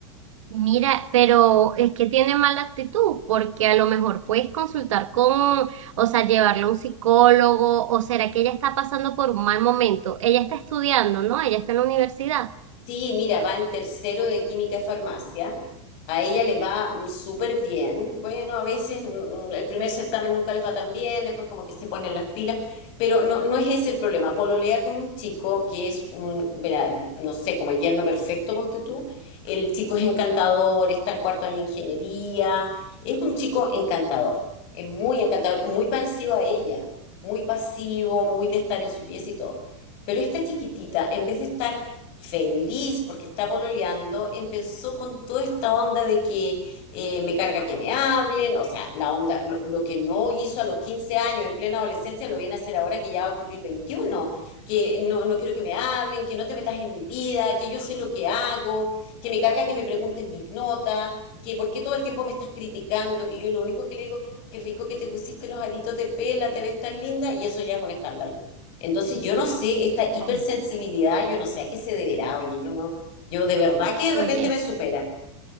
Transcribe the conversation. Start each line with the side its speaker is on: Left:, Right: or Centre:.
Right: Mira, pero es que tiene mala actitud, porque a lo mejor puedes consultar con, o sea, llevarlo a un psicólogo, o será que ella está pasando por un mal momento. Ella está estudiando, ¿no? Ella está en la universidad.
Left: Sí, mira, va en tercero de química y farmacia. A ella le va mm, súper bien. Bueno, a veces mm, el primer certamen nunca les va tan bien, después como que se ponen las pilas, pero no, no es ese el problema. Pololea con un chico que es un, verá, no sé, como el yerno perfecto, ponte tú. El chico es encantador, está en cuarto año de ingeniería, es un chico encantador, es muy encantador, muy parecido a ella, muy pasivo, muy de estar en su pieza y todo. Pero esta chiquitita, en vez de estar feliz porque está pololeando, empezó con toda esta onda de que eh, me carga que me hablen, o sea, la onda, lo, lo que no hizo a los 15 años en plena adolescencia lo viene a hacer ahora que ya va a cumplir 21, que no, no quiero que me hablen, que no te metas en mi vida, que yo sé lo que hago, que me carga que me pregunten mis notas. que por qué todo el tiempo me estás criticando y yo lo único que le digo, qué rico que te pusiste los aritos de pela, te ves tan linda y eso ya es un escándalo. Entonces yo no sé, esta
Right: Wow.
Left: hipersensibilidad, yo no sé a qué se deberá, oye, yo no, yo de verdad que de
Right: Oye.
Left: repente me supera.